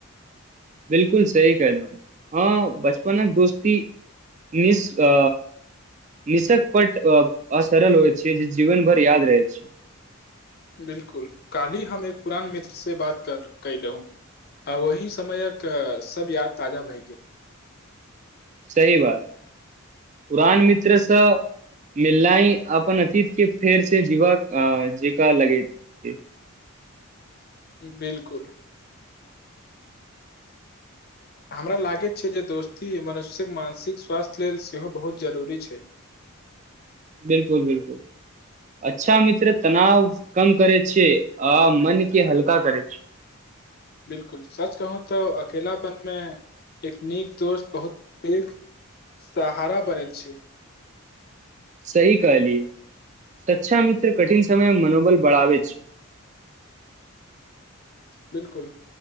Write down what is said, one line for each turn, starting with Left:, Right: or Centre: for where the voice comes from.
Right: बिलकुल सही कहलहु हँ बचपनक दोस्ती निश् आ निशक पट असरल होइत छै जे जीवनभर याद रहैत छै
Left: बिलकुल काल्हि हम एक पुरान मित्र से बात कर कयलौ आ ओही समयक सब याद ताजा भए गेल
Right: सही बात पुरान मित्रसँ मिलनाइ अपन अतीत के फेर से जीवा जेका लगे छै
Left: बिलकुल हमरा लागैत छै जे दोस्ती मनुष्यक मानसिक स्वास्थ्य लेल सेहो बहुत जरूरी छै
Right: बिलकुल बिलकुल अच्छा मित्र तनाव कम करै छै आ मन के हल्का करै छै <inaudible>
Left: बिलकुल सच कहूं तऽ अकेलापनमे एक नीक दोस्त बहुत पैघ सहारा बनैत छै
Right: सही कहलियै सच्छा मित्र कठिन समयमे मनोबल बढ़ावे छै
Left: बिलकुल